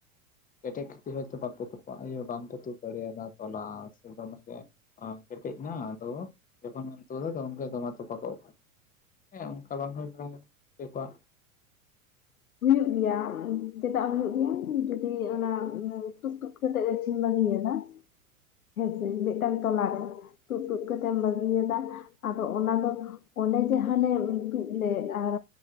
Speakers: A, on the left (about 20°); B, on the left (about 75°).
A: ᱠᱮᱴᱮᱡ ᱠᱷᱟᱹᱛᱤᱨ ᱦᱚᱭᱛᱚ ᱵᱟᱯ ᱛᱩᱯ-ᱟ ᱵᱟᱢᱯ ᱛᱩᱯ ᱫᱟᱲᱮᱭᱟᱫᱟ ᱛᱚᱞᱟ ᱥᱮ ᱫᱚᱢᱮ ᱠᱮᱴᱮᱡ ᱱᱟ ᱟᱫᱚ ᱡᱚᱠᱷᱚᱱᱮᱢ ᱛᱩᱫᱟ ᱛᱚᱠᱷᱚᱱ ᱜᱮ ᱫᱚᱢᱮ ᱛᱚᱯᱟᱜᱚᱜ ᱠᱟᱱᱟ᱾ ᱦᱮᱸ ᱚᱱᱠᱟ ᱵᱟᱝ ᱦᱩᱭ ᱵᱟᱲᱟ ᱦᱚᱪᱮ ᱠᱚᱣᱟ᱾
B: ᱦᱩᱭᱩᱜ ᱜᱮᱭᱟ ᱪᱮᱫᱟᱜ ᱦᱩᱭᱩᱜ ᱜᱮᱭᱟ ᱡᱩᱫᱤ ᱚᱱᱟ ᱛᱩᱫ ᱛᱩᱫ ᱠᱟᱛᱮᱫ ᱜᱟᱹᱪᱤᱱ ᱵᱟᱹᱜᱮᱫᱟ᱾
A: <inaudible>
B: ᱦᱮᱸᱥᱮ ᱢᱤᱫᱴᱟᱝ ᱛᱚᱞᱟ ᱨᱮ ᱛᱩᱫ ᱛᱩᱫ ᱠᱟᱛᱮᱫ ᱛᱮᱢ ᱵᱟᱹᱜᱤᱭᱟᱫᱟ ᱟᱫᱚ ᱚᱱᱟ ᱫᱚ ᱚᱱᱮ ᱡᱟᱦᱟᱱᱮᱢ ᱛᱩᱫ ᱞᱮᱫ ᱟᱨ